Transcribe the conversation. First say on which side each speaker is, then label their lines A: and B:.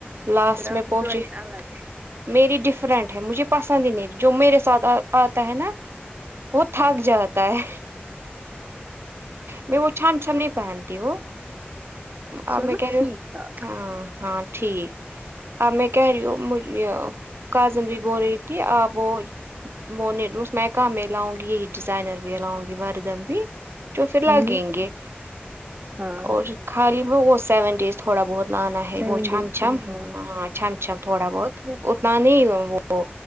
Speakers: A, on the right; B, on the right.
A: لاسٹ
B: پھر آپ
A: میں
B: کی
A: پہنچی
B: چوائس الگ ہے
A: میری ڈفرنٹ ہے مجھے پسند ہی نہیں جو میرے ساتھ آتا ہے نا وہ تھک جاتا ہے میں وہ چھم چھم نہیں پہنتی ہوں اب
B: چلو
A: میں کہہ رہی
B: ٹھیک
A: ہوں
B: تھا
A: ہاں ہاں ٹھیک اب میں کہہ رہی ہو یہ کاجل بھی بول ہو رہی تھی آپ وہ وہ اس میں کا میں لاؤں گی یہی ڈیزائنر بھی لاؤں گی وردن بھی جو پھر لگیں
B: ہوں
A: گے
B: ہاں
A: اور خالی میں وہ سیون ڈیز تھوڑا بہت لانا ہے
B: سیون
A: وہ چھم
B: ڈیز
A: چھم
B: کے لیے ہاں
A: چھم چھم تھوڑا بہت اتنا نہیں وہ